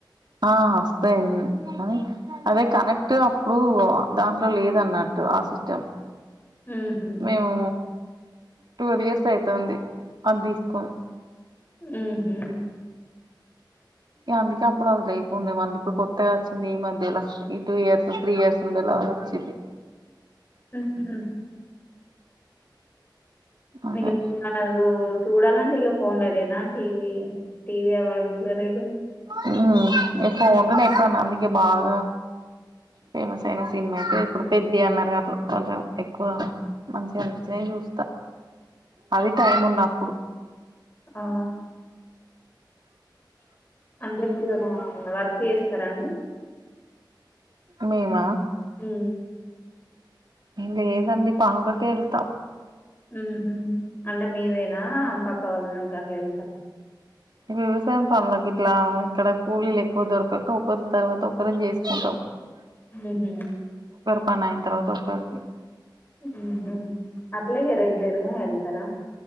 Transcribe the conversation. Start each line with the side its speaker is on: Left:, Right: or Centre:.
Right: ఆ వస్తాయి అన్ని కానీ అదే కనెక్ట్ అప్పుడు దాంట్లో లేద అన్నట్టు ఆ సిస్టమ్
Left: ఉహు
Right: మేము టువల్ ఇయర్స్ అయితాంది అది తీసుకొని
Left: ఉహు
Right: అందుకే అప్పుడు అది లేకుండే మళ్ళీ ఇప్పుడు కొత్తగా వచ్చింది ఈ మధ్యలా ఈ టూ ఇయర్స్ త్రీ ఇయర్స్ ఉండేలా వచ్చిది
Left: ఉహు మీ
Right: అదే
Left: <unintelligible> చూడాలంటే ఇక ఫోన్ లోదేనా టీవీ టీవీ అవైలబుల్ గా లేదు
Right: హు నేను ఫోన్ లో ఎప్పుడున్న అందుకే బాగా ఫేమస్ అయిన సినిమా అయితే ఇప్పుడు పెద్ది అన్నారు అట్లా కొంచెం ఎక్కువ మంచిగా అనిపించినవి చూస్తా అది టైం ఉన్నప్పుడు
Left: హా అంటే మీరు అలా వర్క్ చేస్తారండి.
Right: మేమా
Left: హు
Right: హు లేదండి పనులకే వెళ్తా
Left: ఉహు అంటే మీదేనా పక్క వాళ్ళ <unintelligible> వెళ్తారు
Right: వ్యవసాయం పనులకి ఇట్లా ఇక్కడ కూలీలు ఎక్కువ దొరకక ఒకరి తర్వాత ఒకరిని చేసుకుంటాం.
Left: ఉహు
Right: పనీ అయిన తర్వాత ఒకకి
Left: హుహు అట్లాగ రెగ్యులర్గా వేళ్తారా